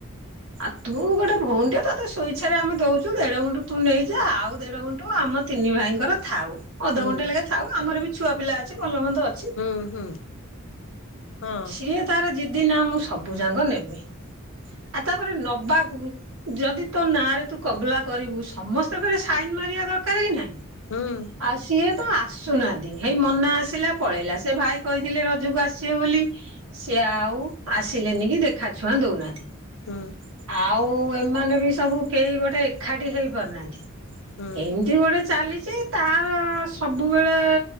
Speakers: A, on the right; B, on the left.
A: ଆଉ ତୁ ଗୋଟେ ଭଉଣୀ ଟେ ତୋତେ ସ୍ୱଇଚ୍ଛାରେ ଆମେ ଦଉଚୁ, ଦେଢ ଗୁଣ୍ଠୁ ତୁ ନେଇଯା, ଆଉ ଦେଢ ଗୁଣ୍ଠୁ ଆମ ତିନି ଭାଇଙ୍କର ଥାଉ ଅଧ
B: ହୁଁ
A: ଗୁଣ୍ଠେ ଲେଖେ ଥାଉ ଆମର ବି ଛୁଆ ପିଲା ଅଛି, ଭଲ ମନ୍ଦ ଅ
B: ହୁଁ, ହୁଁ, ହଁ।
A: ଇଏ ତାର ଜିଦି ନା ମୁଁ ସବୁ ଯାଙ୍କ ନେବି। ଆ, ତାପରେ ନବାକୁ ଯଦି ତୋ ନାଁରେ ତୁ କବଲା କରିବୁ ସମସ୍ତେ ଫେରେ ସାଇନ୍ ମାରିବା ଦରକାର କି ନାହିଁ।
B: ହୁଁ।
A: ଆଉ ସିଏ ତ ଆସୁନାହାନ୍ତି, ହେଇ ମନା ଆସିଲା ପଳେଇଲା, ସେ ଭାଇ କହିଥିଲେ ରଜକୁ ଆସିବେ ବୋଲି ସିଏ ଆଉ ଆସିଲେନି କି ଦେଖାଛୁଆଁ ଦଉନାହାନ୍ତି।
B: ହୁଁ।
A: ଆଉ ଏମାନେ ବି ସବୁ କେହି ଗୋଟେ ଏକାଠି ହେଇପାରୁନାହାନ୍ତି।
B: ହୁଁ
A: ଏମିତି ଗୋଟେ ଚାଲିଚି, ତାର ସବୁବେଳେ